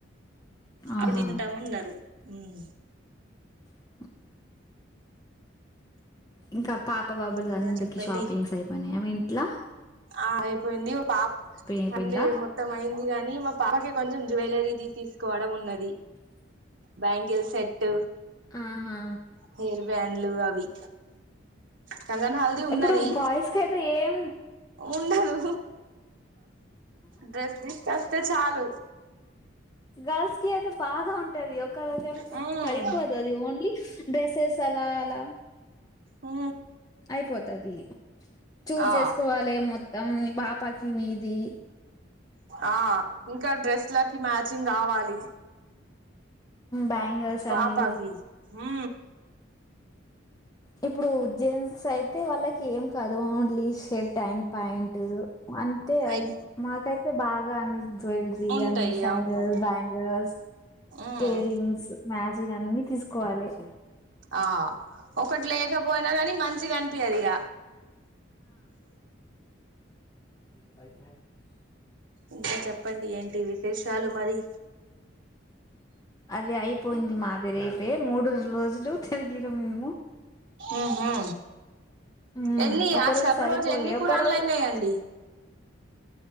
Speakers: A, on the left (about 20°); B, on the right (about 75°).
A: ఆహా
B: అడ తింటాము అన్నారు మ్మ్
A: అ ఇంకా పాప, బాబులు
B: ఇంకా
A: అందరికి
B: చెప్పండి
A: షాపింగ్స్ అయిపోయినాయ మీ లా
B: ఆ అయిపోయింది ఒక పాప
A: అయిపోయిందా
B: ఫ్యామిలీ మొత్తం అయింది గాని మా పాపకి కొంచెం జువెలరీది తీసుకోవడం ఉన్నది బ్యాంగిల్ సెట్
A: ఆహా
B: హెయిర్ బ్యాండ్లు అవి కంగన్ హల్దీ ఉన్నది
A: ఇప్పుడు బాయిస్ కయితే ఏం
B: ఉండదు డ్రెస్ తీసుకొస్తే చాలు
A: గల్స్ కి అది బాగా ఉంటది ఒక్కరోజు
B: మ్మ్
A: సరిపోదు అది ఓన్లీ డ్రెసెస్ అలా అలా
B: ఉ
A: అయిపోతది చూస్
B: ఆ
A: చేసుకోవాలి మొత్తం మీ పాపకి మీది
B: ఆ ఇంకా డ్రెస్ లకి మ్యాచింగ్ కావాలి
A: బ్యాంగిల్స్
B: పాపకి
A: అని
B: ఉ
A: ఇప్పుడు జెంట్స్ అయి టే వాళ్లకి ఏం కాదు ఓన్లీ షర్ట్ అండ్ ప్యాంట్ అంటే
B: అయి
A: మాకైతే బాగా అన్ని జువెలరీ
B: ఉంటాయి
A: అన్ని సైండిల్
B: అవును
A: బ్యాంగల్స్,
B: మ్మ్
A: ఇయర్ రింగ్స్, మ్యాచ్ ఇగ అన్నీ తీసుకోవాలే
B: ఆ ఒకటి లేకపోయినా కాని మంచిగా అనిపిియదు ఇగ
A: రేపాైఫ
B: ఇంకా చెప్పండి ఏంటి విశేషాలు మరి
A: అది అయిపోయింది మాది రేపే మూడు రోజులు తిరిగిన మేము
B: ఉహు
A: ఉమ్
B: ఎన్ని
A: ఒక
B: ఆ శబ
A: సరిపోలే
B: రోజు ఎన్ని కురాన్లు
A: ఒక రోజు
B: అయినాయండి